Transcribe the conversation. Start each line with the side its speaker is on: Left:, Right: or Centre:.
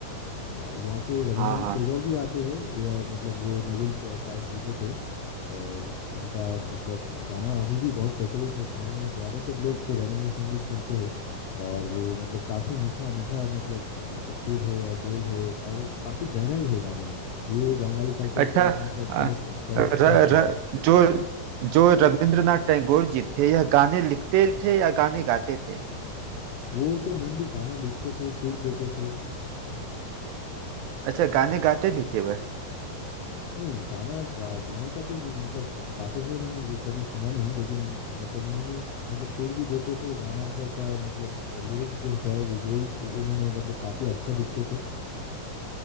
Left: और यहाँ से रविंद्रनाथ
Right: हाँ हाँ
Left: टैगोर भी आते हैं या मतलब वो नोबेल प- प्राइज जीते थे और उनका मतलब गाना अभी भी बहुत प्रचलित है शहर में ज़्यादातर लोग तो रविंद्र संगीत सुनते हैं और वो मतलब काफ़ी मीठा मीठा मतलब मतलब सुर है और बोल है और काफ़ी गहराई है गाने में ये बंगाली कल्चर
Right: अच्छा
Left: का एक मतलब
Right: अ,
Left: बहुत प्रमुख
Right: र,
Left: हिस्सा
Right: र,
Left: है
Right: जो जो रविंद्रनाथ टैगोर जी थे यह गाने लिखते थे या गाने गाते थे
Left: वो तो मेनली गाने लिखते थे सुर देते थे
Right: अच्छा गाने गाते भी थे वह
Left: नहीं गाना गा, गाने का तो जो- मतलब ग- गाते हुए मैंने जे- कभी सुना नहीं लेकिन मतलब उन्होंने मतलब सुर भी देते थे गाना व- का मतलब लिरिक्स जो होता है वो बोल वो उन्होंने मतलब काफी अच्छा लिखते थे